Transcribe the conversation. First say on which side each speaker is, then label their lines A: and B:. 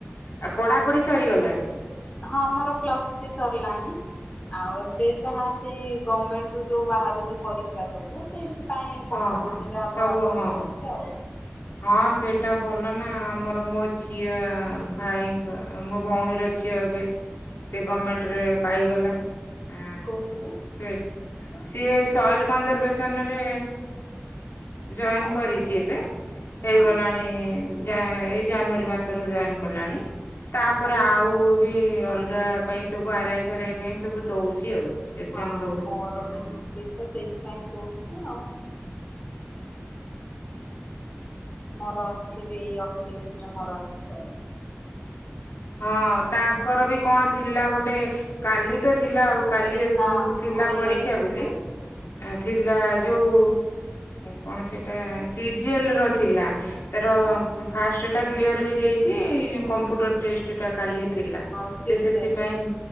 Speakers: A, on the left; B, on the left.
A: ଆ ପଢ଼ାପଢ଼ି ସରିଗଲାଣି।
B: ହଁ ମୋର ପ୍ଲସ୍ ଥ୍ରୀ ସରିଲାଣି। ଆଉ ଏବେ ଯାହା ସେଇ ଗଭର୍ଣମେଣ୍ଟରୁୁ ଯୋଉ ବାହାରୁଛି ପରୀକ୍ଷା ସବୁ ସେଇ ଏଥିପାଇଁ
A: ହଁ
B: ପକଉଚି
A: ହଁ
B: ଯାହା
A: ସବୁ
B: ପଢ଼ାପଢ଼ି
A: ହଁ।
B: କରୁଚି ଆଉ।
A: ହଁ ସେଇଟା ଭଲ ନା ଆମର ମୋ ଝିଅ ଭାଇଙ୍କ ମୋ ଭଉଣୀର ଝିଅ ଏବେ ସେ ଗଭର୍ମେଣ୍ଟରେ ପାଇଗଲା। ଆଁ,
B: କଉଥିରେ?
A: ସେ ସିଏ ସଏଲ କଂଜରଭେସନରେ ଜଏନ
B: ଆଚ୍ଛା
A: କରିଛି ଏବେ। ହେଇଗଲାଣି
B: ହଁ
A: ଏଇ ଜାନୁଆରୀ ମାସରୁ ଜଏନ କଲାଣି। ତାପରେ
B: ଓହୋ
A: ଆଉ ବି ଅଲଗା ପାଇଁ ସବୁ ଆରାଇ ଫେରାଇ ପାଇଁ ସବୁ ଦଉଛି ଆଉ। ଏକ୍ଜାମ
B: ହଁ
A: ଦଉଛି।
B: ମୋର ବି ବି ତ ସେଇଥିପାଇଁ ଦୋଉଚି ଆଉ। ମୋର ଅଛି ବି ଏଇ ଅଠେଇଶି ଟା ମୋର ଅଛି ପରୀ
A: ହଁ ତାଙ୍କର ବି କଣ ଥିଲା ଗୋଟେ କାଲି ତ ଥିଲା ଆଉ। କାଲି ଏକ
B: ହଁ
A: ଥିଲା
B: କୋଡିଏରେ
A: ପରୀକ୍ଷା
B: କି
A: ବେଲି।
B: କଣ ଥିଲା
A: ଏଁ ଥିଲା ଯୋଉ କଣ ସେଟା ସି ଜି ଏଲ୍ ର ଥିଲା। ତାର
B: ଆଚ୍ଛା
A: ଫାଷ୍ଟ ଟା କ୍ଲିୟର ହେଇଯାଇଛି କମ୍ପୁଟର ଟେଷ୍ଟା କାଲି ଥିଲା
B: ସ୍କିଲ୍
A: ସିଏ ସେଥିପାଇଁ
B: ଟେଷ୍ଟ